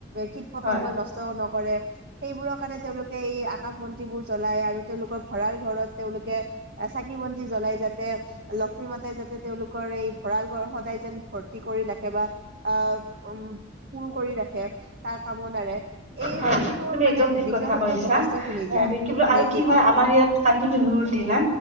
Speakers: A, on the right; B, on the right.
A: কীট পতংগই
B: হয়
A: নষ্ট নক কৰে সেইবোৰৰ কাৰণে তেওঁলোকে এই আকাশ বন্তিবোৰ জ্বলাই আৰু তেওঁলোকৰ ভৰাৰ ঘৰত তেওঁলোকে চাকি বন্তি জ্বলাই যাতে ল সদায় যাতে তেওঁলোকৰ এই ভঁৰাল গ় সদায় যেন ভৰ্তি কৰি ৰাখে বা আহ উম! পুৰ কৰি ৰাখে তাৰ কামনাৰে এই
B: হয়
A: কাতি বিহুৰ
B: তুমি
A: মানে
B: একদম ঠিক
A: বিশেষত্বো
B: কথা কৈছা
A: যথেষ্ট খিনি দিয়া
B: কি বোলো
A: নে
B: আৰু কি হয়
A: কোৱা
B: আমাৰ ইয়াত কাতি বিহুৰ দিনা